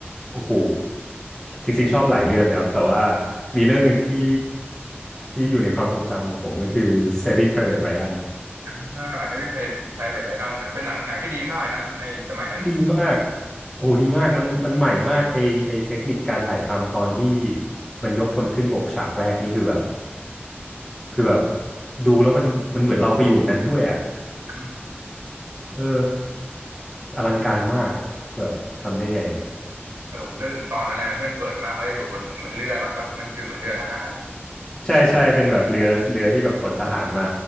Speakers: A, on the left; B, on the right.
A: โอ้โหจริงๆชอบหลายเรื่องครับแต่ว่ามีเรื่องหนึ่งที่ที่อยู่ในความทรงจำของผมก็คือ Saving Private Ryan
B: อ่า Saving Private Private Ryan นะเป็นหนังหนังที่ดีมากเลยนะในสมัยนั้น
A: ดีมาก โอ้ดีมากมันมันใหม่มากไอไอเทคนิคการถ่ายทำตอนที่มันยกพลขึ้นบกฉากแรกนี่คือแบบคือแบบดูแล้วมันมันเหมือนเราไปอยู่ตรงนั้นด้วยอ่ะ
B: อืม
A: เอออลังการมากแบบทำได้ไง
B: เออผมนึกถึงตอนนั้นเลยนะที่มันเปิดมาเขาจะอยู่บนเหมือนเรือก่อนปะมันคือเหมือนเรือทหาร
A: ใช่ใช่เป็นแบบเรือเรือที่แบบขนทหารมา